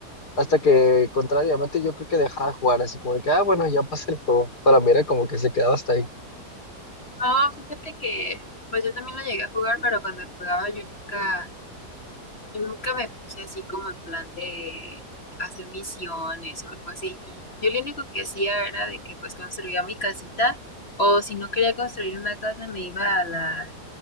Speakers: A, on the left; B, on the left.
A: hasta que encontraba diamante, yo creo que dejaba de jugar, así como de que, ah, bueno, ya pasé el juego, para mí era como que se quedaba hasta ahí.
B: Ah, fíjate que, pues yo también lo llegué a jugar, pero cuando jugaba yo nunca. Yo nunca me puse así como en plan de hacer misiones o algo así. Yo lo único que hacía era de que pues construía mi casita o si no quería construir una casa me iba a la,